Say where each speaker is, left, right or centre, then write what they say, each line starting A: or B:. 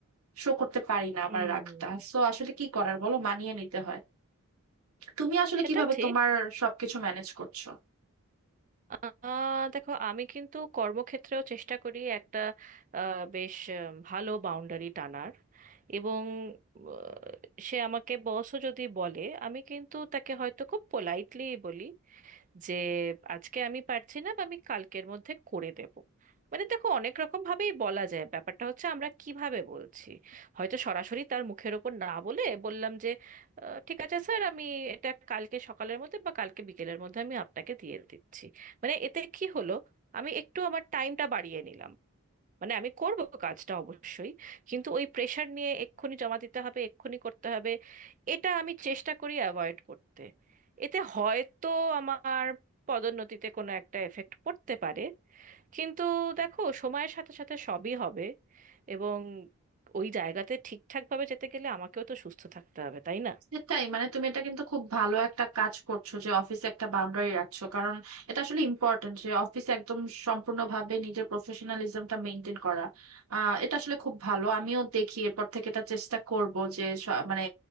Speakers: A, on the right (about 75°); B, on the right (about 35°).
A: শো করতে পারি না
B: হুম
A: আমার রাগটা সো আসলে কি করার বলো মানিয়ে নিতে হয় তুমি আসলে
B: সেটা
A: কিভাবে
B: ঠিক
A: তোমার সবকিছু ম্যানেজ করছো
B: আহ দেখো আমি কিন্তু কর্মক্ষেত্রেও চেষ্টা করি একটা আহ, বেশ আহ, ভালো বাউন্ডারি টানার এবং আহ, সে আমাকে বসও যদি বলে আমি কিন্তু তাকে হয়তো খুব পোলাইটলি বলি যে আজকে আমি পারছি না বা আমি কালকের মধ্যে করে দেব মানে দেখো অনেক রকম ভাবেই বলা যায় ব্যাপারটা হচ্ছে আমরা কিভাবে বলছি হয়তো সরাসরি তার মুখের ওপর না বলে বললাম যে আহ, ঠিক আছে স্যার আমি এটা কালকে সকালের মধ্যে বা কালকে বিকেলের মধ্যে আমি আপনাকে দিয়ে দিচ্ছি মানে এতে কি হলো আমি একটু আমার টাইমটা বাড়িয়ে নিলাম মানে আমি করব কাজটা অবশ্যই কিন্তু ওই প্রেশার নিয়ে এক্ষুনি জমা দিতে হবে এক্ষুনি করতে হবে এটা আমি চেষ্টা করি অ্যাভয়েড করতে এতে হয়তো আমার পদোন্নতিতে কোনো একটা এফেক্ট পড়তে পারে কিন্তু দেখো সময়ের সাথে সাথে সবই হবে এবং ওই জায়গাতে ঠিকঠাকভাবে যেতে গেলে আমাকেও তো সুস্থ থাকতে হবে তাই না
A: সেটাই মানে তুমি এটা কিন্তু খুব ভালো একটা কাজ করছো যে অফিসে একটা বাউন্ডারি রাখছো কারণ এটা আসলে ইম্পর্টেন্ট যে অফিসে একদম সম্পূর্ণভাবে নিজের প্রফেশনালিজমটা মেনটেন করা আহ এটা আসলে খুব ভালো আমিও দেখি এরপর থেকে এটা চেষ্টা করব যে স- মানে